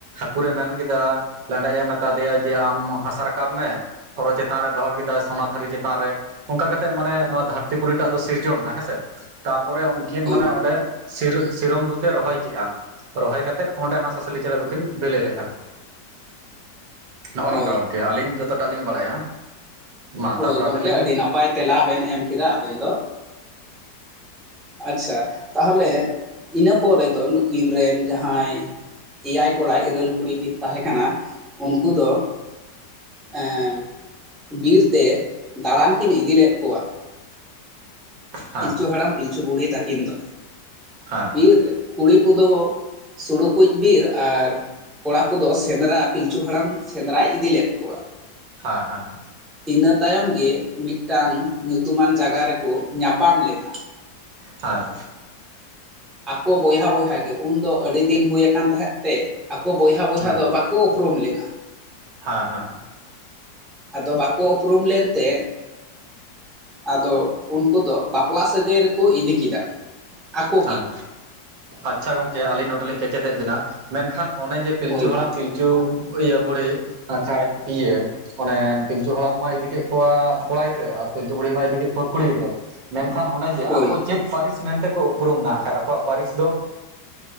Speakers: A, on the right; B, in the centre.
A: ᱴᱷᱟᱠᱩᱨᱮ ᱢᱮᱱ ᱠᱮᱫᱟ ᱞᱟᱹᱭ ᱮ ᱢᱮᱛᱟ ᱫᱮᱭᱟ ᱡᱮ ᱟᱢ ᱦᱟᱥᱟ ᱨᱟᱠᱟᱵ ᱢᱮ ᱦᱚᱨᱚ ᱪᱮᱛᱟᱱ ᱨᱮ ᱫᱚᱦᱚ ᱠᱮᱫᱟ ᱚᱱᱟ ᱛᱷᱟᱹᱨᱤ ᱪᱮᱛᱟᱱ ᱨᱮ ᱚᱱᱠᱟ ᱠᱟᱛᱮᱜ ᱢᱟᱱᱮ ᱱᱚᱣᱟ ᱫᱷᱟᱹᱨᱛᱤ ᱯᱩᱨᱤᱴᱟᱜ ᱫᱚ ᱥᱤᱨᱡᱚᱱ ᱮᱱᱟ ᱦᱮᱸᱥᱮ ᱛᱟ ᱚᱱᱠᱤᱱ
B: ᱦᱳᱭ
A: ᱢᱟᱱᱮ
B: ᱦᱳᱭ
A: ᱚᱸᱰᱮ ᱥᱤᱨᱚᱢ ᱫᱩᱛᱮ ᱨᱚᱦᱚᱭ ᱠᱮᱫᱮᱜᱼᱟ ᱨᱚᱦᱚᱭ ᱠᱟᱛᱮᱫ ᱚᱸᱰᱮ ᱦᱟᱸᱥᱞᱤ ᱪᱮᱬᱮ ᱫᱚᱠᱤᱱ ᱵᱮᱞᱮ ᱞᱮᱫᱼᱟ ᱱᱚᱜᱼᱚ
B: ᱦᱳᱭ
A: ᱱᱚᱝᱠᱟ ᱜᱚᱝᱠᱮ ᱟᱹᱞᱤᱧ ᱡᱚᱛᱚ ᱵᱟᱞᱤᱧ ᱵᱟᱲᱟᱭᱟ ᱢᱟ
B: ᱦᱳᱭ
A: ᱛᱟᱯᱚᱨᱮ
B: ᱜᱚᱢᱠᱮ
A: ᱟᱵᱤᱱ ᱞᱟᱹᱭ
B: ᱟᱹᱰᱤ
A: ᱵᱤᱱ
B: ᱱᱟᱯᱟᱭ ᱛᱮᱞᱟ ᱵᱮᱱ ᱮᱢ ᱠᱮᱫᱟ ᱟᱵᱮᱱ ᱫᱚ ᱟᱪᱷᱟ ᱛᱟᱦᱚᱞᱮ ᱤᱱᱟᱹ ᱯᱚᱨᱮ ᱫᱚ ᱱᱩᱠᱤᱱ ᱨᱮᱱ ᱡᱟᱦᱟᱸᱭ ᱮᱭᱟᱭ ᱠᱚᱲᱟ ᱤᱨᱟᱹᱞ ᱠᱩᱲᱤ ᱠᱤᱱ ᱛ ᱠᱟᱱᱟ ᱩᱱᱠᱩ ᱫᱚ ᱮᱸ ᱵᱤᱨᱛᱮ ᱫᱟᱬᱟᱱ ᱠᱤᱱ ᱤᱫᱤ ᱞᱮᱫ ᱠᱚᱣᱟ
A: ᱦᱮᱸ
B: ᱯᱤᱞᱪᱩ ᱦᱟᱲᱟᱢ ᱯᱤᱞᱪᱩ ᱵᱩᱲᱦᱤ ᱛᱟᱹᱠᱤᱱ ᱫᱚ
A: ᱦᱮᱸ
B: ᱵᱤᱨ ᱨᱮ ᱠᱩᱲᱤ ᱠᱚᱫᱚ ᱥᱩᱲᱩ ᱠᱩᱡ ᱵᱤᱨ ᱟᱨ ᱠᱚᱲᱟ ᱠᱚᱫᱚ ᱥᱮᱸᱫᱽᱨᱟ ᱯᱤᱞᱪᱩ ᱦᱟᱲᱟᱢ ᱥᱮᱸᱫᱽᱨᱟᱭ ᱤᱫᱤ ᱞᱮᱫ ᱠᱚᱣᱟ
A: ᱦᱮᱸ ᱦᱮᱸ
B: ᱤᱱᱟᱹ ᱛᱟᱭᱚᱢ ᱜᱮ ᱢᱤᱫᱴᱟᱝ ᱧᱩᱛᱩᱢᱟᱱ ᱡᱟᱜᱟ ᱨᱮᱠᱚ ᱧᱟᱯᱟᱢ ᱞᱮᱱᱟ
A: ᱦᱮᱸ
B: ᱟᱠᱚ ᱵᱚᱭᱦᱟ ᱵᱚᱭᱦᱟ ᱜᱮ ᱩᱱᱫᱚ ᱟᱹᱰᱤ ᱫᱤᱱ ᱦᱩᱭ ᱟᱠᱟᱱ ᱛᱟᱦᱮᱸᱫ ᱛᱮ ᱟᱠᱚ ᱵᱚᱭᱦᱟ ᱵᱚᱭᱦᱟ
A: ᱦᱮᱸ
B: ᱫᱚ ᱵᱟᱠᱚ ᱩᱯᱨᱩᱢ ᱞᱮᱱᱟ
A: ᱦᱮᱸ ᱦᱮᱸ
B: ᱟᱫᱚ ᱵᱟᱠᱚ ᱩᱯᱨᱩᱢ ᱞᱮᱱᱛᱮ ᱟᱫᱚ ᱩᱱᱠᱩ ᱫᱚ ᱵᱟᱯᱞᱟ ᱥᱟᱹᱜᱟᱹᱭ ᱨᱮᱠᱚ ᱤᱫᱤ ᱠᱮᱫᱟ ᱟᱠᱚ
A: ᱦᱮᱸ
B: ᱜᱮ
A: ᱟᱪᱪᱷᱟ ᱜᱚᱝᱠᱮ ᱟᱹᱞᱤᱧ ᱱᱚᱰᱮᱮᱞᱤᱧ ᱠᱮᱪᱮᱫᱮᱜ ᱵᱮᱱᱟ ᱢᱮᱱᱠᱷᱟᱱ ᱚᱱᱮ ᱡᱮ ᱯᱤᱞᱪᱩ
B: ᱦᱳᱭ ᱢᱟ
A: ᱦᱟᱲᱟᱢ ᱯᱤᱞᱪᱩ ᱤᱭᱟᱹ ᱵᱩᱲᱦᱤ ᱟᱨᱠᱷᱟᱡ ᱤᱭᱟᱹ ᱚᱱᱮ ᱯᱤᱞᱪᱩ ᱦᱟᱲᱟᱢ ᱢᱟᱭ ᱤᱫᱤ ᱠᱮᱫ ᱠᱚᱣᱟ ᱠᱚᱲᱟ ᱜᱤᱫᱽᱨᱟᱹ ᱟᱨ ᱯᱩᱲᱤ ᱢᱟᱭ ᱤᱫᱤ ᱠᱚᱣᱟ ᱠᱩᱲᱤ ᱜᱤᱫᱽᱨᱟᱹ ᱮᱠᱷᱟᱱ ᱚᱱᱮ ᱡᱮ ᱟᱠᱚ
B: ᱦᱳᱭ
A: ᱪᱮᱫ ᱯᱟᱹᱨᱤᱥ ᱢᱮᱱᱛᱮᱠᱚ ᱩᱯᱨᱩᱢ ᱮᱱᱟ ᱠᱷᱟᱱᱡ ᱟᱠᱚᱣᱟᱜ ᱯᱟᱹᱨᱤᱥ ᱫᱚ